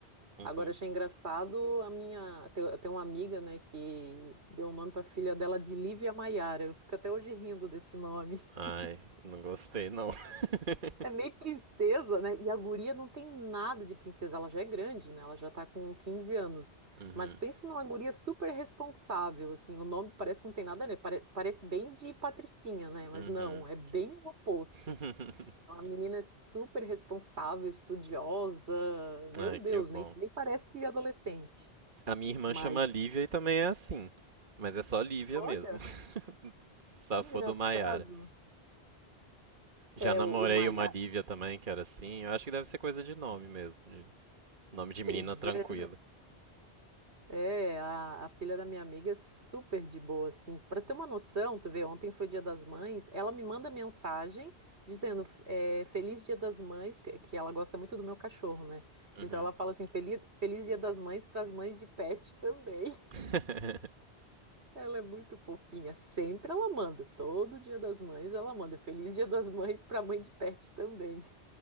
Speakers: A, on the right; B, on the right.
A: Uhum.
B: Agora, achei engraçado a minha. te- Eu tenho uma amiga, né, que deu o nome para filha dela de Lívia Maiara. Eu fico até hoje rindo desse nome.
A: Ai,
B: <laughs>
A: não gostei não. <laughs>
B: É meio princesa, né? E a guria não tem nada de princesa. Ela já é grande, né? Ela já tá com 15 anos.
A: Uhum.
B: Mas pensa numa guria super responsável, assim. O nome parece que não tem nada a ver. pare- Parece bem de patricinha, né? Mas
A: Uhum.
B: não, é bem o oposto.
A: <laughs>
B: É Uma menina super responsável, estudiosa. Meu
A: Ai,
B: Deus,
A: que bom.
B: nem, nem parece adolescente.
A: A minha irmã
B: Mas.
A: chama Lívia e também é assim. Mas é só Lívia
B: Olha.
A: mesmo. <laughs> Se safou
B: Engraçado.
A: do Maiara. Já
B: É,
A: namorei
B: o, o Maiá,
A: uma Lívia também, que era assim. Eu acho que deve ser coisa de nome mesmo, de nome de menina
B: pois
A: tranquila.
B: é, é a, a filha da minha amiga é super de boa, assim. Para ter uma noção, tu vê, ontem foi Dia das Mães, ela me manda mensagem dizendo é, Feliz Dia das Mães, que que ela gosta muito do meu cachorro, né?
A: Uhum.
B: Então ela fala assim, Feliz, Feliz Dia das Mães para as mães de pet também. <laughs>
A: <laughs>
B: Ela é muito fofinha, sempre ela manda, todo Dia das Mães ela manda Feliz Dia das Mães para mãe de pet também.